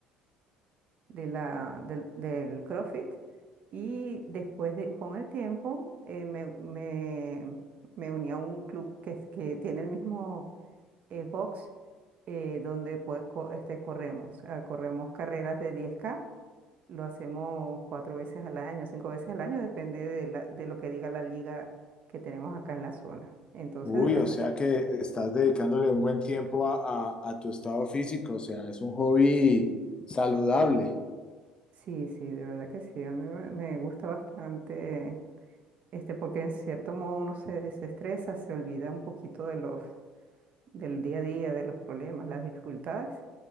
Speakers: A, on the right; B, on the left.
A: de la, del, del CrossFit y después de- con el tiempo eh, me, me, me uní a un club que, es- que tiene el mismo eh, box eh, donde po- co- este, corremos, ah, corremos carreras de 10K, lo hacemos cuatro veces al año, cinco veces al año, depende de, la, de lo que diga la liga que tenemos acá en la zona. Entonces,
B: Uy,
A: de verdad,
B: o sea que estás dedicándole un buen tiempo a, a- a tu estado físico, o sea, es un hobby saludable.
A: sí, sí, de verdad que sí, a mí me me gusta bastante este, porque en cierto modo uno se desestresa, se olvida un poquito de los, del día a día, de los problemas, las dificultades,